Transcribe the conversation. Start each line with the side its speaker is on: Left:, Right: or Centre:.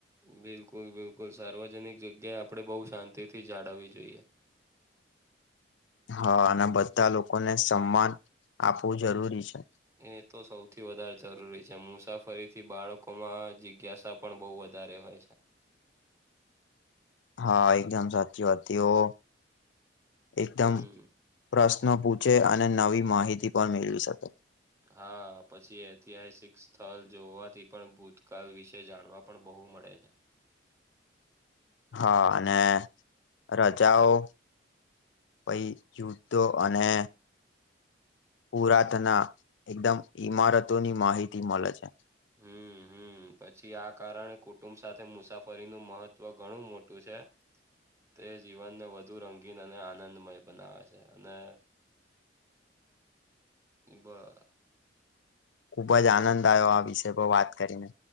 Right: બિલકુલ બિલકુલ સાર્વજનિક જગ્યાએ આપળે બો શાંતિથી જાનાવી જોઈએ.
Left: હા અને બધા લોકોને સન્માન આપવું જરૂરી છે.
Right: એ તો સૌથી વધારે જરૂરી છે મુસાફરીથી બાળકોમાં જિજ્ઞાસા પણ બહુ વધારે હોય છે.
Left: હા, એકદમ સાચી વાત થી ઓ એકદમ
Right: હમ
Left: પ્રશ્નો પૂછે અને નવી માહિતી પણ મેળવી શકે.
Right: હા, પછી ઐતિહાસિક સ્થલ જોવાથી પણ ભૂતકાળ વિશે જાણવા પણ બહુ મળે છે.
Left: હા, અને રજાઓ પહી યુધ્ધો અને પુરાતના એકદમ ઈમારતોની માહિતી મલે છે.
Right: હમ્મ, હમ્મ. હમ્મ, પછી આ કારણે કુટુંબ સાથે મુસાફરીનું મહત્વ ઘણું મોટું છે. તે જીવનને વધુ રંગીન અને આનંદમય બનાવે છે અને એબા
Left: ખુબ જ આનંદ આવ્યો આ વિષય પર વાત કરીને.